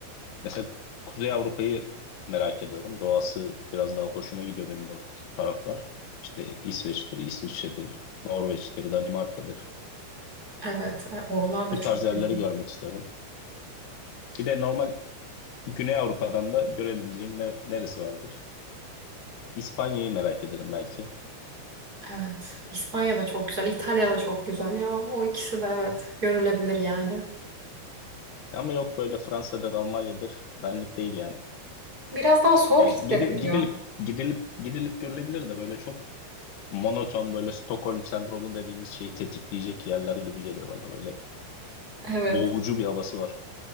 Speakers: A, on the left; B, on the right.
A: Mesela Kuzey Avrupa'yı merak ediyorum. Doğası biraz daha hoşuma gidiyor benim o taraflar. İşte İsveç'tir, İsviçre'dir, Norveç'tir, Danimarka'dır.
B: Evet, e, oralar da
A: Bu
B: çok
A: tarz yerleri
B: güzel.
A: görmek istiyorum. Bir de normal Güney Avrupa'dan da görebileceğim ne- neresi vardır? İspanya'yı merak ederim belki.
B: Evet. İspanya da çok güzel. İtalya da çok güzel ya. O ikisi de evet. Görülebilir yani.
A: Ama yok böyle Fransa'dır, Almanya'dır. Benlik değil yani.
B: Biraz daha soğuk
A: Yani
B: hissettiriyor.
A: gidil- gidilip gidilip gidilip görülebilir de böyle çok monoton böyle Stockholm sendromu dediğimiz şeyi tetikleyecek yerler gibi geliyor bana böyle
B: Evet.
A: boğucu bir havası var.